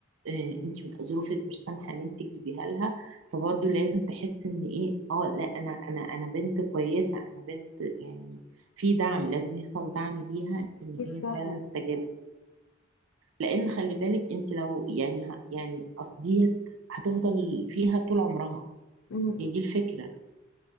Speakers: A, on the right; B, on the left.
A: آه، انت ظروفك مش سامحة ان انت تجيبيها لها فبرضو لازم تحس ان ايه اه لا انا انا انا بنت كويسة انا بنت يعني في دعم لازم يحصل دعم ليها ان
B: أكيد
A: هي
B: طبعا
A: فعلا استجابت لان خلي بالك انت لو يعني ه- يعني اصل ديت هتفضل فيها طول عمرها
B: مم. مم.
A: هي دي الفكره